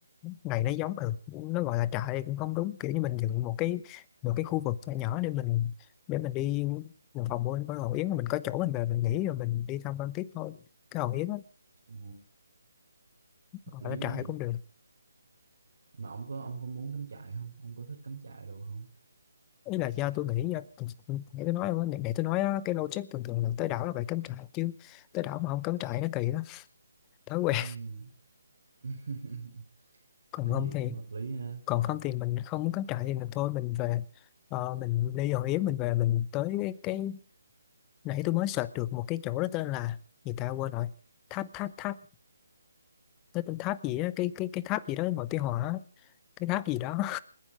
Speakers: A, on the left; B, on the right.
A: này nó giống ừ, nó gọi là trại thì cũng không đúng kiểu như mình dựng một cái một cái khu vực nhỏ nhỏ để mình để mình đi một phòng mua có hòn yến rồi mình có chỗ mình về mình nghỉ rồi mình đi thăm quan tiếp thôi cái hòn yến á,
B: Ừ.
A: gọi
B: hợp lý
A: là
B: quá
A: trại
B: nhỉ
A: cũng được
B: mà ông có ông có muốn cắm trại không ông có thích cắm trại đồ không
A: ý là do tôi nghĩ do để tôi nói luôn để tôi nói á, cái logic thường thường là tới đảo là phải cắm trại chứ tới đảo mà không cắm trại nó kỳ đó thói quen
B: Ừm. <laughs>
A: <laughs> còn
B: nói
A: không
B: gì cũng
A: thì
B: hợp lý ha
A: còn không thì mình không muốn cắm trại thì mình thôi mình về Ờ, mình đi hòn yến mình về mình tới cái, cái nãy tôi mới search được một cái chỗ đó tên là gì ta quên rồi tháp tháp tháp nó tên tháp gì á cái cái cái tháp gì đó màu tí hỏa á cái tháp gì đó